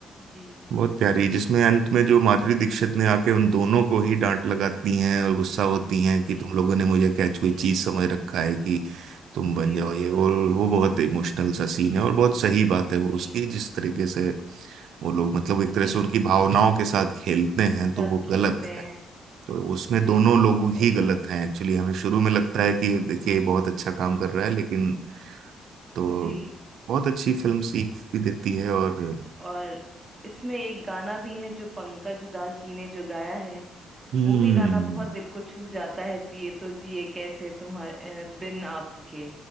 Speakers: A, on the right; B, on the right.
A: जी
B: बहुत प्यारी जिसमें अंत में जो माधुरी दीक्षित ने आके उन दोनों को ही डांट लगाती हैं और गुस्सा होती हैं
A: जी
B: कि तुम लोगों ने मुझे क्या कोई
A: जी
B: चीज समझ रखा है कि तुम बन
A: जी
B: जाओ
A: बिल्कुल
B: ये वो वो बहुत इमोशनल सा सीन है और बहुत सही बात है वो
A: जी
B: उसकी जिस तरीके से वो लोग मतलब एक तरह
A: जी
B: से उनकी भावनाओं के साथ खेलते हैं तो
A: साथ
B: वो
A: खेलते
B: गलत है
A: हैं
B: तो उसमें
A: जी
B: दोनों
A: बिल्कुल
B: लोग
A: सही
B: ही
A: कहा
B: गलत हैं एक्चुअली हमें शुरू में लगता
A: जी
B: है कि देखिए ये बहुत अच्छा काम कर रहा है लेकिन तो
A: जी
B: बहुत अच्छी फिल्म सीख भी देती
A: जी
B: है और
A: और इसमें एक गाना भी है जो पंकज उधास जी ने जो गाया है
B: हम्म
A: वो भी गाना बहुत दिल को छू जाता है जिए तो जिए कैसे तुम्हारे बिन आपके